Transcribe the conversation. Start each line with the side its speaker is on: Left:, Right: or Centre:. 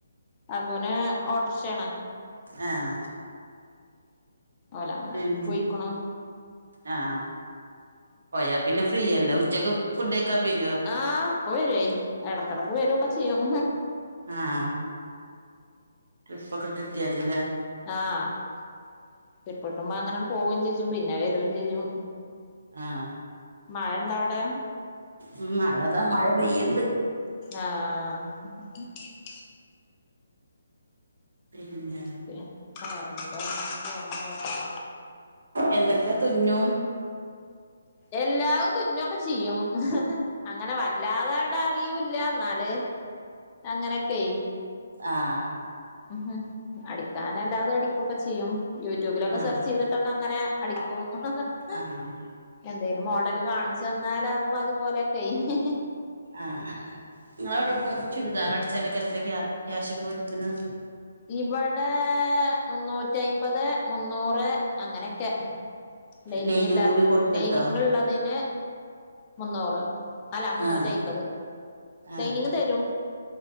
Left: കാക്കൂന് ഓട്ടർഷാണ്
Right: ആഹ
Left: ഓലങ്ങനെ
Right: ഉം
Left: ട്രിപ്പ് പോയിക്ക്ണു
Right: ആഹ പോയാ പിന്നെ ഫ്രീ എല്ലെ ഉച്ചക്ക് ഫുഡയ്ക്കാ വരോ
Left: ആഹ ഇപ്പ വര്വേ ഇടക്കടക്ക് വരൊക്കെ ചെയ്യും
Right: ആഹാ ട്രിപോക്കെ കിട്ട്യാല്ല്ലേ?
Left: ആഹാ അ ട്രിപ്പ്ട്ടുമ്പോ അങ്ങനെ പോവും ചെജ്ജും പിന്നെ വരും ചെയ്യും.
Right: ആഹ
Left: മഴ ഇണ്ടോ അവിടെ
Right: ഉമും മഴതാ മഴ പെയ്യ്ണ്ട്
Left: ആഹാ. <inaudible>
Right: പിന്നെ
Left: പിന്ന വേറെ എന്താ അങ്ങിനപോണ്ല്ലെ
Right: <inaudible> എന്തോക്കെതുന്നും.
Left: എല്ലാവും തുന്നൊക്കെ ചെയ്യും. ഹ് ഹെ അങ്ങനെ വല്ലാതണ്ടറിയുല്ല ന്നാല് അങ്ങനൊക്കെ
Right: ആഹാ
Left: ഹും ഹെ അടിക്കാനല്ലാതു അടിക്കൊക്കെ ചെയ്യും. യൂട്യൂബിലൊക്കെ
Right: ആഹ്
Left: സെർച്ച് ചെയ്തിട്ടൊക്കെങ്ങനെ അടിക്കും. ഹ് ഹെ ഹേ
Right: ആഹ്
Left: എന്തേലും മോഡല് കാണിച്ച്ന്നാല് അത് അതുപോലൊക്കെ ഹി ഹി
Right: ആഹാ ഇങ്ങളവ്ടെപ്പൊര് ചുരിദാറടിച്ചാലൊക്കെ എത്രക്യ ക്യാശൊക്കെ വേടിക്കണ
Left: ഇവടേആ മുന്നൂറ്റയ്മ്പത് മുന്നൂറ് അങ്ങനൊക്കെ. ലൈനിങ്ല്ലാത
Right: ലൈനിങ് തുണി കൊടുത്തിട്ടോ
Left: ലൈനിങ്ള്ളതിന് മുന്നൂറ് അല്ല മുന്നൂറ്റയ്മ്പത്.
Right: ആഹ്
Left: ലൈനിങ്
Right: ആഹ്
Left: തരും.